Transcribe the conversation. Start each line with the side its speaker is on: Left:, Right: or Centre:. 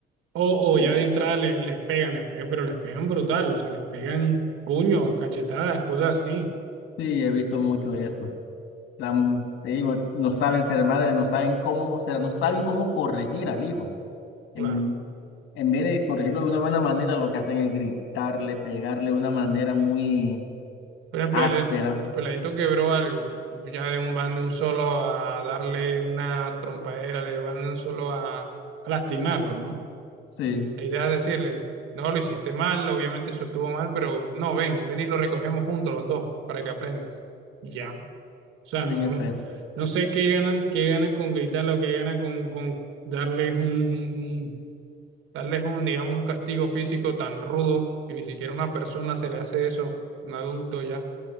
Right: O,
Left: eh,
Right: o ya de
Left: sí,
Right: entrada le- les pegan, les pegan, pero les pegan brutal, o sea, les pegan puños, cachetadas, cosas así.
Left: he visto mucho eso. La m- te digo, no saben ser madres, no saben cómo, o sea, no saben cómo corregir al hijo.
Right: Claro.
Left: En, en vez de corregirlo de una buena manera, lo que hacen es gritarle, pegarle de una manera muy
Right: Por ejemplo,
Left: áspera.
Right: el, el peladito quebró algo. Ya de un van de un solo a darle una trompadera, le van de un solo a, a lastimarlo, ¿no?
Left: Sí,
Right: La idea es decirle, no, lo hiciste mal, obviamente eso estuvo mal, pero no, ven, ven y lo recogemos juntos los dos para que aprendas. Y Ya. O sea,
Left: en
Right: no, no,
Left: efecto.
Right: no sé qué ganan, qué ganan con gritarle o qué ganan con, con darles un, un- un- darles un, digamos, un castigo físico tan rudo que ni siquiera a una persona se le hace eso, un adulto ya.